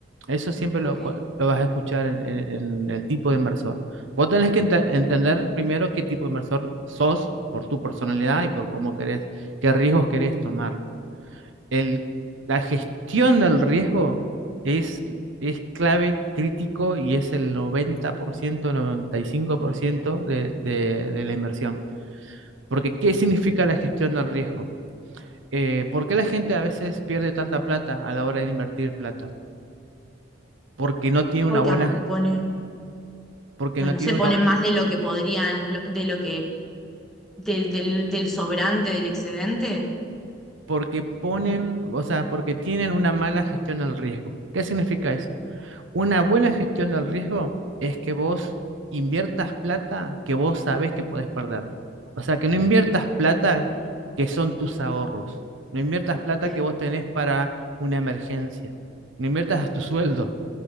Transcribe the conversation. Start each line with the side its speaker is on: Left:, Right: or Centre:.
Right: Eso siempre
Centre: Ok.
Right: lo, cua- lo vas a escuchar en, en- en el tipo de inversor. Vos tenés que ente- entender primero qué tipo de inversor sos por tu personalidad y por cómo querés, qué riesgos querés tomar. el, la gestión del riesgo es, es clave, crítico y es el 90%, 95% de, de, de la inversión. Porque, ¿qué significa la gestión del riesgo? Eh, ¿por qué la gente a veces pierde tanta plata a la hora de invertir plata? Porque no tiene
Centre: Porque
Right: una buena,
Centre: ap- pone.
Right: porque
Centre: No,
Right: no
Centre: no
Right: tiene
Centre: se ponen
Right: una,
Centre: más de lo que podrían, lo- de lo que, del, del, del sobrante, del excedente.
Right: porque ponen,
Centre: No,
Right: o sea, porque tienen una mala gestión del riesgo. ¿Qué significa eso? Una buena gestión del riesgo es que vos inviertas plata que vos sabés que podés perder. O sea, que no inviertas plata que son tus ahorros. No inviertas plata
Centre: Ok,
Right: que vos tenés para una emergencia. No inviertas tu sueldo.